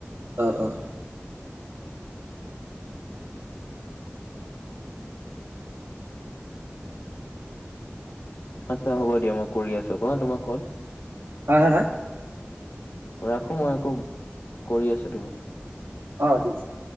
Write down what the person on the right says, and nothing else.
অ অ অ
হা হা হা
অ, দি আছো।